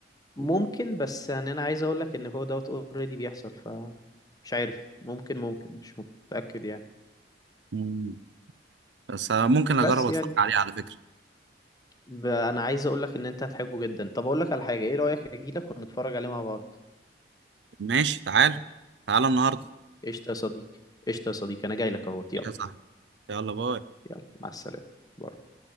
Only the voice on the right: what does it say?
مم. بس آه، ممكن أجرب
أتفرج
عليه على فكرة
ماشي تعال تعال النهاردة
يا صاحبي يلا باي